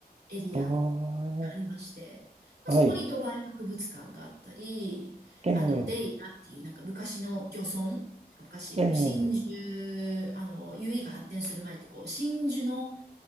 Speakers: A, on the right; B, on the right.
A: エリアが
B: ああ、
A: ありまして、まあ、
B: はい。
A: そこにドバイ博物館があったり、
B: ええ、
A: あとデイラっていうなんか昔の漁村、昔こう真珠、
B: ええ、
A: あの、UAE が発展する前ってこう真珠の